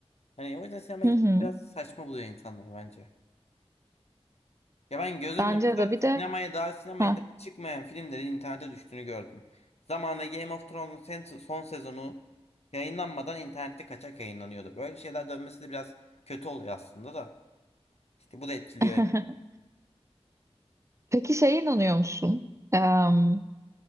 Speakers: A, on the left (about 75°); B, on the right (about 25°).
A: Hani o yüzden sinemaya
B: Hı
A: gitmeyi
B: hı.
A: biraz saçma buluyor insanlar bence. Ya ben gözümle
B: Bence
A: mesela
B: de bir de
A: sinemaya daha sinemaya
B: ha.
A: daha çıkmayan filmlerin internete düştüğünü gördüm. Zamanında Game of Thrones'un sen- son sezonu yayınlanmadan internette kaçak yayınlanıyordu. Böyle şeyler dönmesi de biraz kötü oluyor aslında da. İşte bu da etkiliyor
B: <laughs>
A: hep.
B: Peki şeye inanıyor musun? Em,